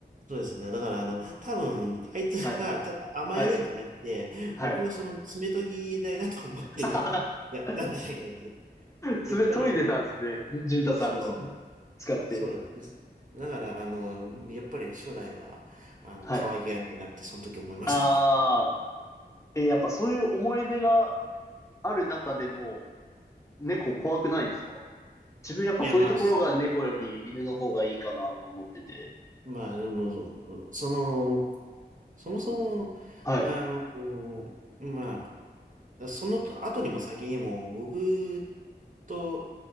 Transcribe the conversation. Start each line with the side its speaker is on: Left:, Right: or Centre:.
Right: そうですね。だから、あの、多分、あいつは、
Left: はい。
Right: ただ甘えるんじゃなくて、
Left: はい。はい。
Right: 僕、その、爪研ぎ台だと思って
Left: <laughs>
Right: <laughs> やったんじゃないかなって。
Left: 爪研いでたんですね。
Right: やっぱり、
Left: じゅんたさんの
Right: そうですね。
Left: 使って。
Right: そうです。だから、あの、やっぱり初代は、あの、
Left: はい。
Right: 可愛げがないなって、その時思いました。
Left: ああ、えーやっぱそういう思い出がある中でも、猫怖くないんですか自分やっぱそういうところが猫より犬の方がいいかなと思ってて。
Right: いや、まあ、すまあ、でも、そその、そもそも、
Left: はい。
Right: あの、こうまあ、その後にも先にも僕と